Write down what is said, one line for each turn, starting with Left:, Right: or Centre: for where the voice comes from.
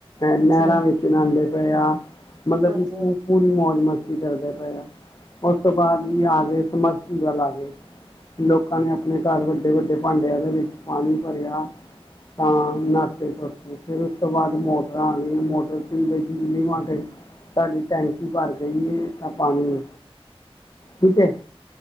Left: ਨਹਿਰਾਂ
Right: ਜੀ ਹਾਂਜੀ
Left: ਵਿੱਚ ਚਨਾਉਂਦੇ ਪਏ ਆ ਮਤਲਬ
Right: ਹਾਂਜੀ
Left: ਕਿ
Right: ਹਾਂਜੀ
Left: ਪੂਰੀ ਮੌਜ ਮਸਤੀ ਕਰਦੇ ਪਏ ਆ ਉਸ ਤੋਂ ਬਾਅਦ ਵੀ ਆ ਗਏ ਸਬਮਰਸੀਥਲ ਆ ਗਏ ਲੋਕਾਂ ਨੇ ਆਪਣੇ ਘਰ ਵੱਡੇ-ਵੱਡੇ ਭਾਂਡਿਆਂ ਦੇ ਵਿੱਚ ਪਾਣੀ ਭਰਿਆ ਤਾਂ ਨਾਹਤੇ ਧੋਤੇ ਫਿਰ ਉਸ ਤੋਂ ਬਾਅਦ ਮੋਟਰਾਂ ਆ ਗਈਆਂ ਮੋਟਰ ਚਦੇ ਬਲੀ ਵਾਂਟੇ ਤੁਹਾਡੀ ਟੈਂਕੀ ਭਰ ਗਈਏ ਤਾਂ ਪਾਣੀ ਠੀਕ ਹੈ